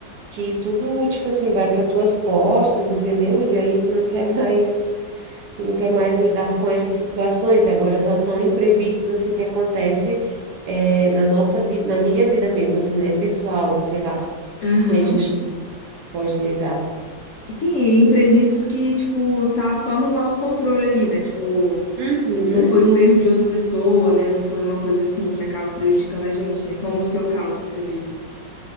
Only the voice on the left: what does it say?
Aham.
Sim, e imprevistos que, tipo, tá só no nosso controle ali, né? Tipo,
não foi um erro de outra pessoa, né? Não foi uma coisa assim que acaba prejudicando a gente, né? Como no seu caso que você disse.